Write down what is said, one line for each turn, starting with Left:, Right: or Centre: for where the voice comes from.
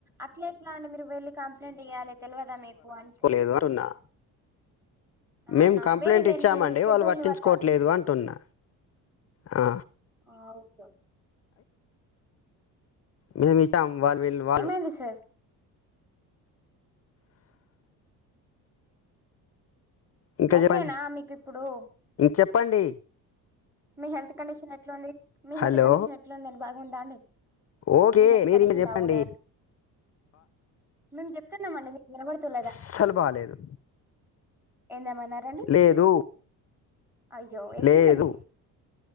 Centre: అట్లా ఎట్లా అండి మీరు వెళ్ళి కంప్లైంట్ ఇయ్యాలి తెలివదా మీకు అంతే
Left: ఎవ్వరున్నా
Centre: అవునా
Left: మేము కంప్లైంట్
Centre: వేరే వేరే
Left: ఇచ్చామండి
Centre: పెద్దోళ్ళని
Left: వాళ్ళు పట్టించుకోట్లేదు
Centre: పట్టాలి
Left: అంటున్నా ఆ
Centre: ఆ ఓకే
Left: మేమిస్తామ్ వాళ్ళు వీళ్ళు వాళ్ళు
Centre: ఏమైంది సార్
Left: ఇంకా
Centre: ఓకేనా
Left: చెప్పండి.
Centre: మీకు ఇప్పుడు
Left: చెప్పండి
Centre: మీ హెల్త్ కండిషన్ ఎట్లా ఉంది? మీ
Left: హలో
Centre: హెల్త్ కండిషన్ ఎట్లా ఉందండి? బాగుందా అండి?
Left: ఓకే
Centre: మీ హెల్త్
Left: మీరు
Centre: కండిషన్
Left: ఇంక చెప్పండి
Centre: బాగున్నాదాండీ? మేము చెప్తున్నాంమండి. మీకు వినబడుతా లేదా
Left: అస్సలు బాలేదు.
Centre: ఏంది, ఏమన్నారండి?
Left: లేదు
Centre: అయ్యో, ఎందుకండీ
Left: లేదు